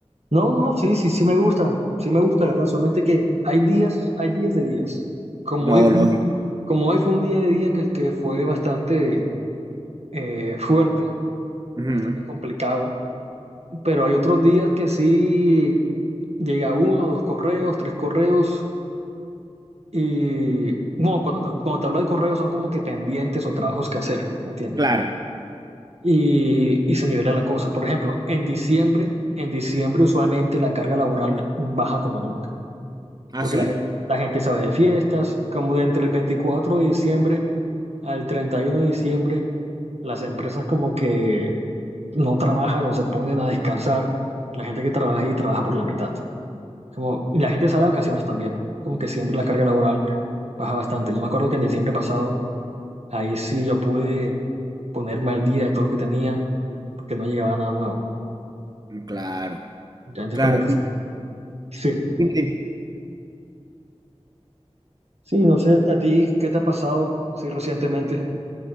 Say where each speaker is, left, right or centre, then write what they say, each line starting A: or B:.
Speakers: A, on the right; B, on the right.
A: No, no, sí, sí, sí me gusta. Sí me gusta, la verdad. Solamente que hay días, hay días de días. Como
B: No,
A: hoy fue,
B: lógico.
A: un- como hoy fue un día de día que, que fue bastante eh, fuerte,
B: Ujú,
A: bastante complicado. Pero hay otros días que sí llega uno, dos correos, tres correos. Y bueno, cuando te, cuando te hablo de correos son como que pendientes o trabajos que hacer, ¿me ¿entiendes?
B: Claro.
A: y, y se nivela la cosa. Por ejemplo, en diciembre, en diciembre usualmente la carga laboral baja como nunca,
B: ¿Ah,
A: porque
B: sí?
A: la gente, la gente se de fiestas, como de entre el 24 de diciembre al 31 de diciembre, las empresas como que no trabajan o se ponen a descansar, la gente que trabaja y trabaja por la mitad. Como, y la gente sale de vacaciones también, como que siempre la carga laboral baja bastante. Yo me acuerdo que en diciembre pasado, ahí sí yo pude ponerme al día de todo lo que tenía, porque no llegaba nada nuevo.
B: Claro,
A: Entonces,
B: claro.
A: como que
B: Y,
A: sí,
B: dime, dime.
A: sí, no sé, a ti, ¿qué te ha pasado así recientemente?